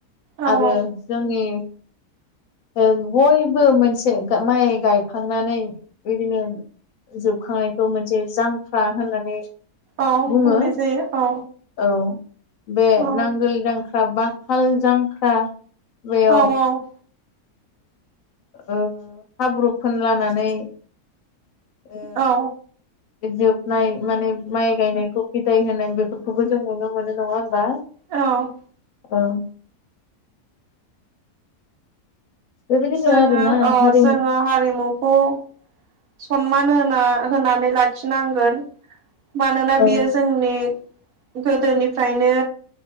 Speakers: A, on the right (about 65°); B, on the left (about 65°).
A: औ
B: आरो
A: औ
B: जोंनि ओ बयबो मोनसे गा माइ गायखांनानै बिदिनो जोबखांनायखौ मोनसे जांख्रा होननानै
A: औ
B: बुंङो
A: बुंनाय जायो औ
B: औ बे
A: औ
B: नांगोल जां ख्रा बा हाल जांख्रा बेयाव
A: औ औ
B: ओ हाब्रु फोनलानानै ओ
A: औ
B: जोबनाय माने माइ गायनायखौ बिदाय होनाय बेफोरखौबो जों नुनो मोनो नङा होमबा।
A: औ
B: औ बेबायदिनो
A: जोङो
B: आरोना
A: औ
B: हारिमु
A: जोंङो हारिमुखौ सनमान होना होनानै लाखिनांगोन। मानोना
B: औ
A: बियो जोंनि गोदोनिफ्रायनो